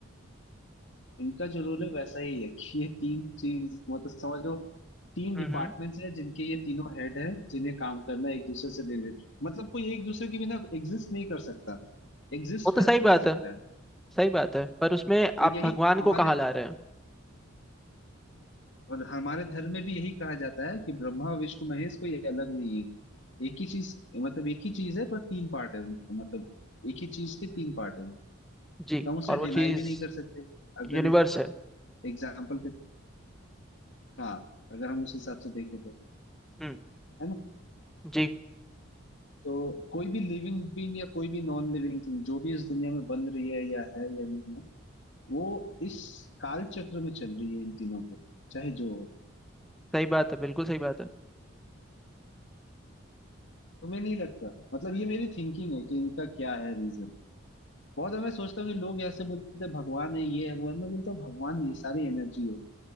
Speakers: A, on the left; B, in the centre.
A: इनका जो रूल है वैसा ही है कि ये तीन चीज मतलब समझो तीन
B: हम्म
A: डिपार्टमेंट्स है जिनके ये तीनों हेड है जिन्हें काम करना है एक दूसरे से रिलेटेड मतलब कोई एक दूसरे के बिना एग्जिस्ट नहीं कर सकता एग्जिस्ट
B: वो तो
A: कर
B: सही बात
A: नहीं सकता
B: है
A: है
B: सही बात है पर उसमें आप
A: और यही
B: भगवान
A: हमारे
B: को कहाँ ला रहे हैं
A: और हमारे धर्म में भी यही कहा जाता है कि ब्रह्मा विष्णु महेश कोई अलग नहीं है एक ही चीज मतलब एक ही चीज है पर तीन पार्ट है उनका मतलब एक ही चीज के तीन पार्ट है तो
B: जी
A: हम उसे
B: और वो
A: डिनाई
B: चीज
A: भी नहीं कर सकते अगर
B: यूनिवर्स है
A: एग्जाम्पल के हाँ अगर हम उस हिसाब से देखें तो
B: हम्म
A: है ना
B: जी
A: तो कोई भी लिविंग बीइंग या कोई भी नॉन लिविंग थिंग जो भी इस दुनिया में बन रही है या है या नहीं है वो इस काल चक्र में चल रही है इन तीनों के चाहे जो हो
B: सही बात है बिल्कुल सही बात है
A: तुम्हें नहीं लगता मतलब ये मेरी थिंकिंग है कि इनका क्या है रीजन बहुत मैं सोचता हूँ कि लोग ऐसे बोलते हैं भगवान है ये है वो है मैं बोलता हूँ भगवान ये सारी एनर्जी है